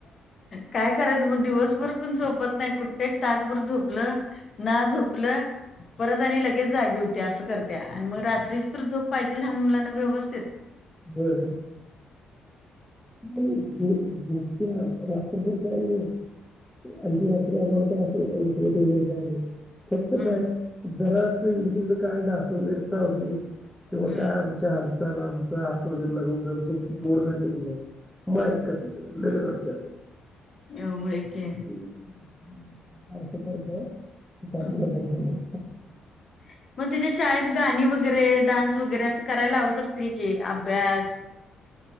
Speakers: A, on the left; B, in the centre.
A: काय करायचं मग, दिवसभर पण झोपत नाही, कुठ एक तासभर झोपलं ना झोपलं. परत आणि लगेच जागी होत्या, असं करत्या, आणि मग रात्रीची तर झोप पाहिजे, लहान मुलांना व्यवस्थित.
B: होय. <unintelligible> रात्रभर पाहिजे. आणि ती रात्री आम्हाला असं उठवत वैगेरे काही नाही. फक्त
A: हम्म
B: काय, जरा अस हिकडं तिकड काय, ढास वैगरे चावली तेव्हा
A: हम्म
B: काय, आमच्या हालचाल, आमचा हात वैगेरे लागून जर झोप मोड झाली म ऐकत नाही, लई रडत्या मग.
A: हम, व्हय की.
B: अस करत्या, काय
A: हम्म
B: बोलायचं नाही.
A: <unintelligible> <inaudible> मग तिच्या शाळेत, गाणी वगैरे, डान्स वगैरे, असं करायला लावत असतील की, अभ्यास.